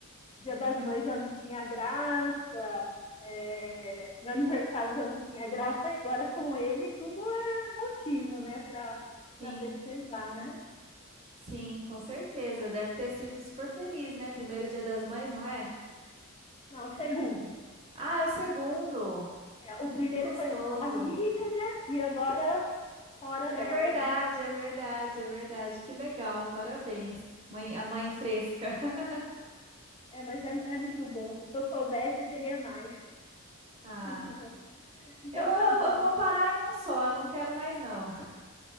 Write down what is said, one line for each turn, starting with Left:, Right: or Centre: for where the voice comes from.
Left: Dia das Mães já não tinha graça, é, meu aniversário já não tinha graça, agora com ele tudo é motivo, né, para
Right: Sim,
Left: festejar, né?
Right: sim, com certeza. Deve ter sido super feliz, né? Primeiro dia das mães, não é?
Left: Não, segundo.
Right: Ah, é o segundo.
Left: É, o primeiro
Right: Que gostoso.
Left: foi minha barriga, né? E agora fora dela,
Right: É verdade,
Left: né?
Right: é verdade, é verdade. Que legal. Parabéns. Mãe, a mãe fresca. <laughs>
Left: É, mas é, é muito bom. Se eu soubesse, teria mais.
Right: Ah,
Left: <laughs> então
Right: eu, eu,
Left: tá bom.
Right: eu vou parar em um só, eu não quero mais não. <laughs>